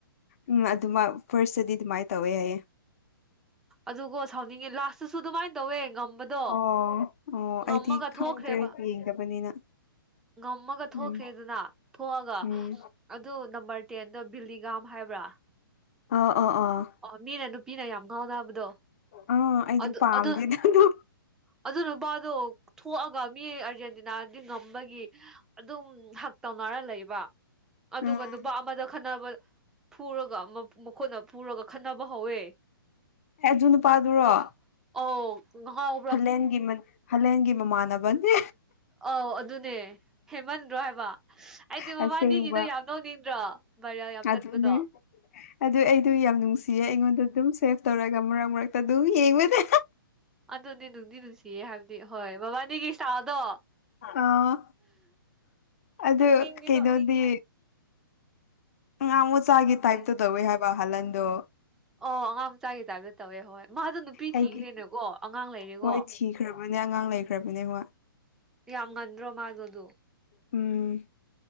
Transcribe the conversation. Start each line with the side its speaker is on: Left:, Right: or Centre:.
Left: ꯎꯝ ꯑꯗꯨꯃ ꯐꯥꯔꯁꯇꯗꯤ ꯑꯗꯨꯃꯥꯏꯅ ꯇꯧꯋꯦ ꯍꯥꯏꯌꯦ
Centre: ꯑꯗꯨꯀꯣ ꯁꯥꯎꯅꯤꯡꯉꯦ ꯂꯥꯁꯇꯁꯨ ꯑꯗꯨꯃꯥꯏꯅ ꯇꯧꯋꯦ ꯉꯝꯕꯗꯣ
Left: ꯑꯣ ꯑꯣ
Centre: ꯉꯝꯃꯒ
Left: ꯑꯩꯗꯤ ꯈꯪꯗ꯭ꯔꯦ
Centre: ꯊꯣꯛꯈ꯭ꯔꯦꯕ
Left: ꯌꯦꯡꯗꯕꯅꯤꯅ
Centre: ꯉꯝꯃꯒ ꯊꯣꯛꯈ꯭ꯔꯦꯗꯅ
Left: ꯎꯝ
Centre: ꯊꯣꯛꯑꯒ
Left: ꯎꯝ
Centre: ꯑꯗꯨ ꯅꯝꯕꯔ ꯇꯦꯟꯗꯣ ꯕꯤꯂꯤꯒꯥꯝ ꯍꯥꯏꯕ꯭ꯔꯥ <inaudible>
Left: ꯑꯥ ꯑꯥ ꯑꯥ
Centre: ꯑꯥ ꯃꯤꯅ ꯅꯨꯄꯤꯅ ꯌꯥꯝ ꯉꯥꯎꯅꯕꯗꯣ
Left: ꯑꯥ ꯑꯩꯗꯤ
Centre: ꯑꯗꯨ
Left: ꯄꯥꯝꯗꯦꯗ
Centre: ꯑꯗꯨ
Left: ꯑꯗꯨ
Centre: ꯑꯗꯨ ꯅꯨꯄꯥꯗꯣ ꯊꯣꯛꯑꯒ ꯃꯤ ꯑꯔꯖꯦꯟꯇꯤꯅꯥꯗꯤ ꯉꯝꯕꯒꯤ ꯑꯗꯨꯝ ꯍꯛ ꯇꯧꯅꯔ ꯂꯩꯕ ꯑꯗꯨꯒ
Left: ꯎꯝ
Centre: ꯅꯨꯄꯥ ꯑꯃꯗ ꯈꯠꯅꯕ ꯐꯨꯔꯒ ꯑꯃ ꯃꯈꯣꯏꯅ ꯐꯨꯔꯒ ꯈꯠꯅꯕ ꯍꯧꯋꯦ
Left: ꯑꯦ ꯑꯗꯨ ꯅꯨꯄꯥꯗꯨꯔꯣ
Centre: ꯉ ꯑꯧ ꯉꯍꯥꯎ
Left: ꯍꯂꯦꯟꯒꯤ ꯍꯂꯦꯟꯒꯤ ꯃꯃꯥꯟꯅꯕꯅꯦ
Centre: ꯑꯧ ꯑꯗꯨꯅꯦ ꯍꯦꯟꯃꯟꯗ꯭ꯔꯣ ꯍꯥꯏꯕ ꯑꯩꯗꯤ
Left: ꯑꯁꯦꯡꯕ
Centre: ꯃꯕꯅꯤꯒꯤꯗꯣ ꯌꯥꯝ ꯅꯣꯛꯅꯤꯡꯗ꯭ꯔꯣ ꯕꯥꯏꯔꯦꯜ ꯌꯥꯝ
Left: ꯑꯗꯨꯅꯦ
Centre: ꯆꯠꯄꯗꯣ
Left: ꯑꯗꯨ ꯑꯩꯗꯣ ꯌꯥꯝ ꯅꯨꯡꯁꯤꯌꯦ ꯑꯩꯉꯣꯟꯗ ꯗꯨꯝ ꯁꯦꯞ ꯇꯧꯔꯒ ꯃꯔꯛ ꯃꯔꯛꯇ ꯗꯨꯝ ꯌꯦꯡꯕꯅꯦ
Centre: ꯑꯗꯨꯅꯤ ꯅꯨꯡꯗꯤ ꯅꯨꯡꯁꯤꯌꯦ ꯍꯥꯏꯕꯗꯤ ꯍꯣꯏ ꯃꯕꯥꯅꯤꯒꯤ ꯁꯇ꯭ꯏꯜꯗꯣ
Left: ꯑꯥ ꯑꯗꯨ
Centre: ꯅꯣꯛꯅꯤꯡꯗꯤ
Left: ꯀꯩꯩꯅꯣꯗꯤ
Centre: ꯅꯣꯛꯅꯤꯡꯉꯦ
Left: ꯑꯉꯥꯡ ꯃꯆꯥꯒꯤ
Centre: ꯀꯔꯤ
Left: ꯇꯥꯏꯞꯇ ꯇꯧꯋꯦ ꯍꯥꯏꯕ ꯍꯥꯂꯟꯗꯣ
Centre: ꯑꯣ ꯑꯉꯥꯡ ꯃꯆꯥꯒꯤ ꯇꯥꯏꯞꯇ ꯇꯧꯋꯦ ꯍꯣꯏ ꯃꯥꯗꯣ ꯅꯨꯄꯤ
Left: ꯑꯩꯒꯤ
Centre: ꯊꯤꯈ꯭ꯔꯦꯅꯦꯀꯣ ꯑꯉꯥꯡ ꯂꯩꯔꯦꯒꯣ
Left: ꯍꯣꯏ ꯊꯤꯈ꯭ꯔꯕꯅꯦ ꯑꯉꯥꯡ ꯂꯩꯈ꯭ꯔꯕꯅꯦꯋꯥ
Centre: ꯌꯥꯝ ꯉꯟꯗ꯭ꯔꯣ ꯃꯥꯗꯣꯗꯨ
Left: ꯎꯝ